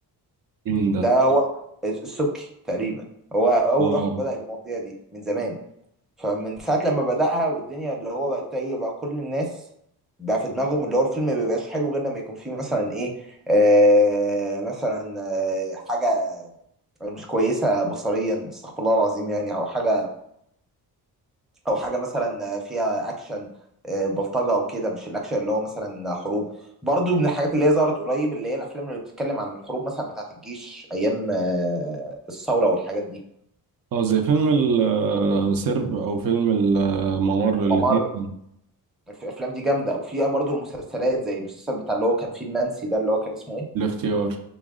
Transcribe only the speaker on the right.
مين ده
اه
اه زي فيلم ال- آه، سرب او فيلم الممر الاثنين
الاختيار